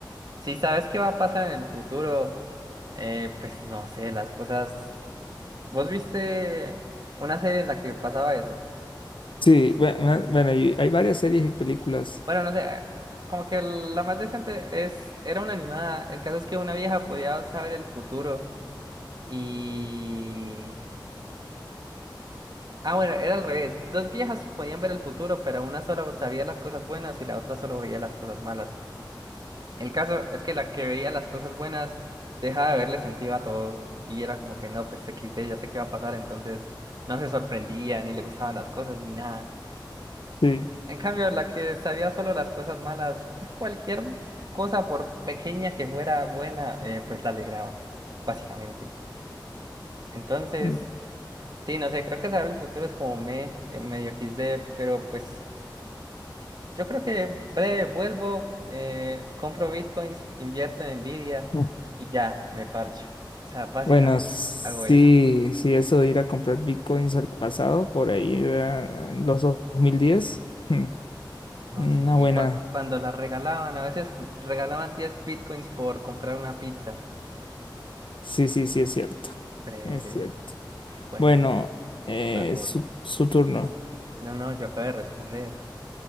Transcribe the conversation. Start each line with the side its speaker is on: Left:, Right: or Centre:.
Right: Si sabes qué va a pasar en el futuro, eh, pues no sé, las cosas. ¿Vos viste una serie en la que pasaba eso?
Left: Sí, bue- bue- bueno, y hay varias series y películas.
Right: Bueno, no sé, eh, como que la más decente es, era una animada. El caso es que una vieja podía saber el futuro y... Ah, bueno, era al revés. Dos viejas podían ver el futuro, pero una solo sabía las cosas buenas y la otra solo veía las cosas malas. El caso es que la que veía las cosas buenas dejaba de verle sentido a todo y era como que no, pues equis de ya sé qué va a pasar, entonces no se sorprendía, ni le gustaban las cosas, ni nada.
Left: Sí.
Right: En cambio, la que sabía solo las cosas malas, cualquier cosa por pequeña que fuera buena, eh, pues la alegraba, básicamente. Entonces,
Left: <laughs>
Right: sí, no sé, creo que saber el futuro es como me, eh, medio XD, pero pues yo creo que breve vuelvo, eh, compro bitcoins, invierto en Nvidia
Left: Mm.
Right: y ya, me parcho. O sea, básicamente
Left: Bueno, sí,
Right: hago eso.
Left: sí, eso de ir a comprar bitcoins al pasado, por ahí era en los 2010. hmm,
Right: No,
Left: Una
Right: sí,
Left: buena.
Right: cu- cuando las regalaban, a veces regalaban 10 bitcoins por comprar una pizza.
Left: Sí, sí, sí, es cierto.
Right: Breve,
Left: Es
Right: breve.
Left: cierto.
Right: Bueno,
Left: Bueno,
Right: bueno.
Left: eh,
Right: Vas vos.
Left: su, su turno.
Right: No, no, yo acabo de responder.